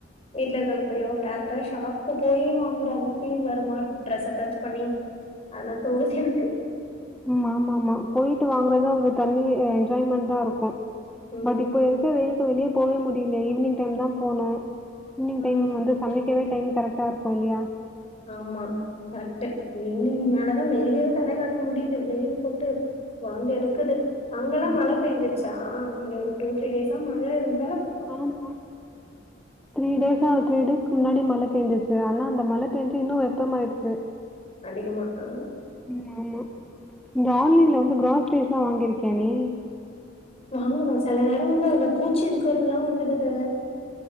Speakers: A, on the left; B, in the centre.
A: வீட்ல இருக்கவங்க கூடயோ டைரக்டா ஷாப்புக்கு போய்யி வாங்குற அந்த ஃபீல் வருமா ட்ரெஸ்ஸ ஸ்டச் பண்ணி அதல்லா தோணுது எனக்கு
B: ம் ஆமாம்மா போயிட்டு வாங்குறதா ஒரு தனி என்ஜாய்மெண்ட் தா இருக்கு
A: ம்.
B: பட் இப்ப இருக்க வெயிலுக்கு வெளியே போவே முட் டில்லா ஈவினிங் டைம் தா போனு ஈவினிங்
A: ம்,
B: டைம்
A: ம்,
B: வந்து சமைக்கவே டைம் கரெக்டா இருக்கு இல்லையா
A: ஆம்மா கரெக்ட்டு ஈவ்னிங் மேலதா வெளியவே தலைய காட்ட முடியுது வெயில் போட்டு பொழந்து எடுக்குது அங்கெல்லா
B: ஆமாங்க.
A: மழ பேஞ்சிச்சா இங்க ஒரு டூ த்ரீ டேஸா மழை இருந்
B: ஆமா த்ரீ டேஸ்ஸா த்ரீ டேஸ்க் முன்னாடி மழப் பேஞ்சுச்சு ஆனா அந்த மழை பேஞ்சு இன்னு வெப்பமாய்டுச்சு
A: அதிகமா. ஆ.
B: ம் ஆமா இந்த ஆன்லைன்ல வந்து கிராஸ்ரிஸ்ல்லா வாங்கிருக்கியா நீ
A: வாங்குவ செல நேர வந்து அதுல பூச்சி இருக்கிறதுல்லா வந்துடுது